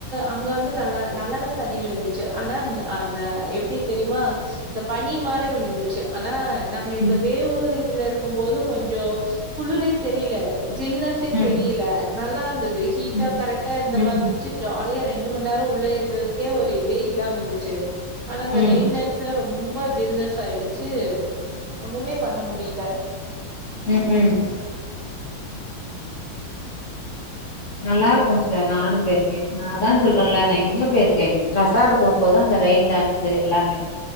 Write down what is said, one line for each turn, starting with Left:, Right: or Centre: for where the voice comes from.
Right: அங்க வந்து நல்லா நல்லாதா தண்ணி விழுந்துச்சு ஆனான்னு அந்த எப்டி தெரியுமா இந்த பனி மாரி விழுந்துச்சு ஆனா நாங்க இந்த
Left: ம்,
Right: வேவு இதுல இருக்கும் போது கொஞ்சோ குளுரே தெரியில ஜில்னஸ்ஸே
Left: ம்,
Right: தெரியில நல்லாந்தது ஹீட்டா
Left: ம்,
Right: கரெட்டா இந்த
Left: ம்,
Right: மாத்
Left: ம்,
Right: ச்சிச் ஜாலியா ரெண்டு மண் நேர உள்ளயே இந்ததுக்கே ஒரு இதே இல்லாம இந்துச்சு ஆனா அந்த
Left: ம்,
Right: ரெயின் டேன்ஸ் ச ரொம்ப ஜில்னஸ் ஆயிடுச்சு ஒன்னுமே பண்ண முடியில
Left: ம் ம் நல்லாக்கு சிஸ்டர் நானும் போயிருக்கே நா அதாஞ் சொல்றல்ல நா எங்கியோ போயிருக்கே ரெஷாடு போம்போது அந்த ரெயின் டேன்ஸ்சு எல்லாமே